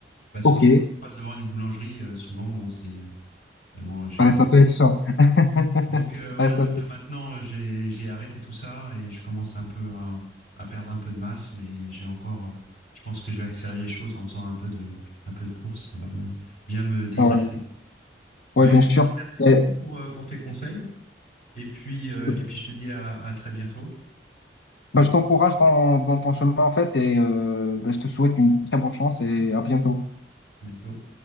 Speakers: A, on the left (about 45°); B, on the left (about 70°).
A: Enfin, surtout
B: ok,
A: quand je passe devant une boulangerie, euh, souvent, bon, c'est. euh, bon, j'ai
B: Ouais,
A: j'ai-
B: ça peut être chiant. <laughs>
A: donc euh, voilà,
B: Ouais, ça
A: donc
B: peut...
A: là maintenant euh, j'ai j'ai arrêté tout ça et je commence un peu à, à perdre un peu de masse, mais j'ai encore, euh, je pense que je vais accélérer les choses en faisant un peu de un peu de course, ça va me bien me dégraisser.
B: ouais.
A: Eh
B: Ouais,
A: Ben écoute,
B: bien sûr.
A: je te remercie beaucoup
B: Et,
A: pour euh, pour tes conseils et puis euh,
B: euh,
A: et puis je te dis à, à très bientôt et
B: bah, je
A: puis
B: t'encourage dans, dans ton chemin, en fait, et euh, bah, je te souhaite une très bonne chance et à bientôt.
A: à bientôt.